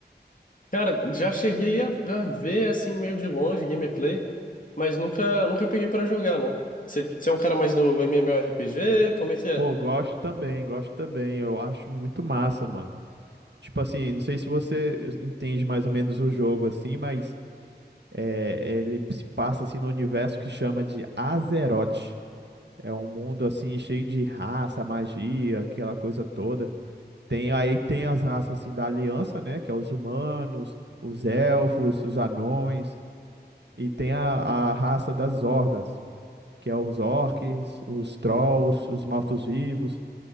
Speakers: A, on the left; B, on the right.
A: Cara, já cheguei a, a ver assim meio de longe gameplay, mas nunca nunca peguei pra jogar, não. Você é um cara mais do MMORPG? Como é que é?
B: Pô, gosto também, gosto também. Eu acho muito massa, mano. Tipo assim, não sei se você entende mais ou menos o jogo assim, mas é, ele se passa assim no universo que chama de Azeroth. É um mundo assim cheio de raça, magia, aquela coisa toda. Tem aí tem as raças assim da Aliança, né, que é os humanos, os elfos, os anões e tem a, a raça das hordas. que é os orcs, os trolls, os mortos-vivos.